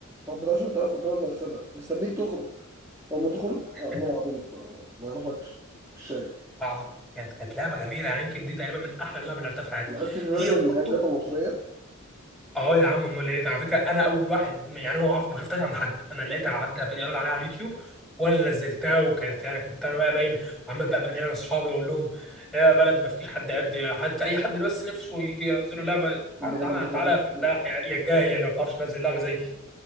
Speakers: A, on the right; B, in the centre.
A: واحد بتاع شرطه واقف قدام المغسله مستنيك تخرج لما تخرج
B: <laughs>
A: اه عامل عبيط بقى ما اعرفكش مش شايف
B: عظيم. كانت كانت لعبه جميله يعني يمكن دي تقريبا من احلى اللعب اللي لعبتها في حياتي
A: لعبت الفيرجن
B: هي وبرضه
A: من الجاتا المصريه
B: اه يا عم امال ايه ده على فكره انا اول واحد يعني انا ما أعرف- ما شفتهاش عند حد انا لقيتها عدى بيقول عليها على اليوتيوب وانا اللي نزلتها وكانت يعني كنت انا بقى باين عمال بقى بنقل لاصحابي اقول لهم يا بلد ما فيش حد قد حد اي حد بس نفسه يجي ينزلوا لعبه تعالى
A: من الجاتا
B: تعالى
A: المصريه
B: تعالى
A: اللي كنت
B: لا، يا يا جاهل يا اللي ما بتعرفش تنزل لعبه زي